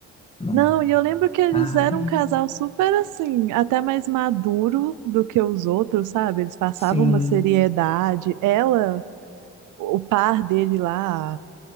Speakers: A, on the left; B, on the right.
A: Não.
B: Não, e eu lembro que eles
A: Ai,
B: eram um casal super assim, até mais maduro do que os outros, sabe? Eles passavam
A: sim.
B: uma seriedade. Ela, o par dele lá,